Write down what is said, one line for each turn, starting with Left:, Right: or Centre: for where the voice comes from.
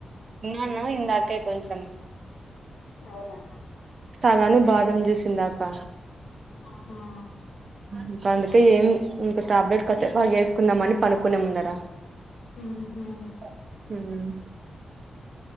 Right: ఉన్నాను ఇందాక కొంచంచం
Left: అవునా
Right: సగాను బాదం చేసిందాకా
Left: ఆహా
Right: ఇంకా అందుకే ఏం ఇంకా టాబ్లెట్ కస్తే బాగా వేసుకుందాం అని పనుకునే ముందరా
Left: ఉహుమ్
Right: హుమ్